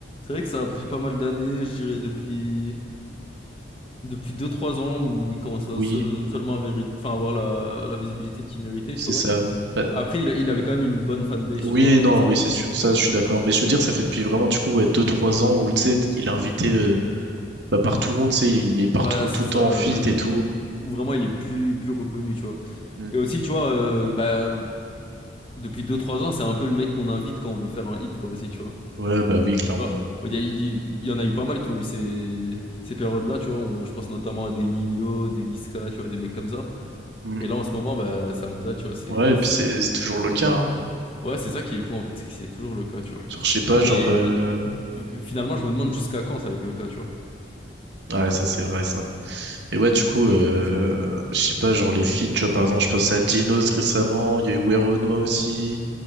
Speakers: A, on the left (about 30°); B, on the right (about 65°).
A: vrai que ça a pris pas mal d'années, je dirais, depuis depuis deux trois ans où il commence à
B: Oui,
A: seul- seulement à mérite- enfin, avoir la, la visibilité qu'il méritait,
B: c'est
A: tu vois.
B: ça. Bah,
A: Après, il, a- il avait quand même une bonne fanbase,
B: oui,
A: tu vois, avant
B: non,
A: ça,
B: oui,
A: tu
B: c'est
A: vois.
B: sûr. Ça, je suis d'accord. Mais je veux dire, ça fait depuis vraiment du coup ouais, 2-3 ans où tu sais, il est invité euh, bah, par tout le monde, tu sais, il est partout
A: Ouais, c'est
B: tout
A: ça.
B: le temps en feat
A: genre, il-
B: et tout.
A: où vraiment, il est plus, plus reconnu, tu vois.
B: Mm.
A: Et aussi, tu vois, euh, bah, depuis deux trois ans, c'est un peu le mec qu'on invite quand on veut faire un hit, quoi, aussi, tu vois.
B: Ouais, bah oui, clairement.
A: Tu vois, Il y, a- il y en a eu pas mal qui ont eu ces, ces périodes-là, tu vois. on- je pense notamment à des Nino, des Niska, tu vois, des mecs comme ça.
B: Mm.
A: Et là, en ce moment, bah, c'est Hamza, tu vois. C'est,
B: Ouais, et
A: c'est-
B: puis c'est c'est toujours le cas. hein.
A: ouais, c'est ça qui est fou, en fait. C'est que c'est toujours le cas, tu vois.
B: Genre, je sais pas, genre
A: Et
B: euh,
A: f- finalement, je me demande jusqu'à quand ça va être le cas, tu vois.
B: ouais, ça c'est vrai. ça. Et ouais, du coup,
A: Franchement,
B: euh,
A: c'est c'est fou.
B: je sais pas, genre les feats, tu vois, par exemple, je pense à Dinos récemment, il y a eu Weronoa aussi.